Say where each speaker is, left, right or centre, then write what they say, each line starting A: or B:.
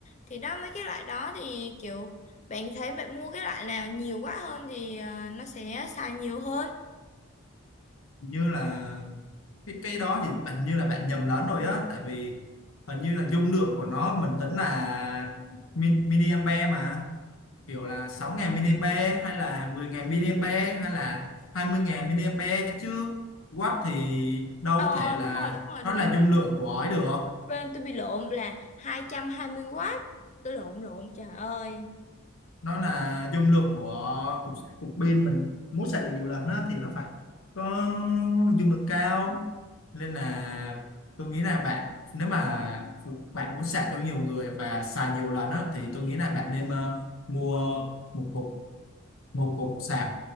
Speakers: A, on the left; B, on the left.
A: thì đó mấy cái loại đó thì kiểu bạn thấy bạn mua cái loại nào nhiều quá hơn thì ờ, nó sẽ xài nhiều hơn
B: Hình Như là cái cái đó thì bạn như là bạn nhầm lẫn rồi á tại vì hình như là dung lượng của nó mình tính là mi- mili mà kiểu là sáu ngàn mAh hay là mười ngàn mAh hay là hai mươi ngàn mAh chứ watt thì đâu
A: ờ
B: thể là
A: đúng rồi đúng rồi đúng
B: nó là
A: rồi
B: dung lượng của ấy được
A: bên tôi bị lộn là hai hai trăm hai mươi w tôi lộn lộn trời ơi
B: nó là dung lượng của cục, cục pin mình muốn sạc được nhiều lần á, thì nó phải có dung lượng cao nên là tôi nghĩ là bạn nếu mà phục- bạn muốn sạc cho nhiều người và xài nhiều lần á, thì tôi nghĩ là bạn nên ờ, mua một cục một cục sạc